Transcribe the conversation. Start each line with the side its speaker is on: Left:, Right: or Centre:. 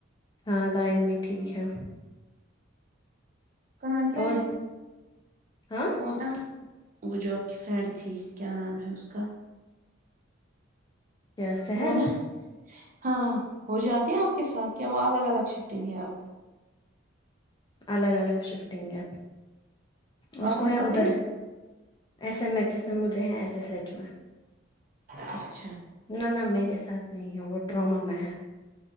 Left: ہاں دائین بھی ٹھیک ہے
Right: کا نام کیا
Left: اور ہاں
Right: ہے نہ وہ جو آپ کی فرینڈ تھی کیا نام ہے اس کا
Left: کیا شہر
Right: وہ نا ہاں و ہ جاتی ہیں آپ کے ساتھ کیا وہ الگ الگ شفٹنگ ہے آپکی
Left: الگ الگ شفٹنگ ہے اس
Right: آپ
Left: کو
Right: کے
Left: ہے
Right: ساتھ
Left: ادھر
Right: نہیں
Left: ایس ایم ایچس میں مجے ہیں ایس ایس ایچ میں
Right: اچھا
Left: نہ نہ میرے ساتھ نہیں ہے وہ ٹراما میں ہے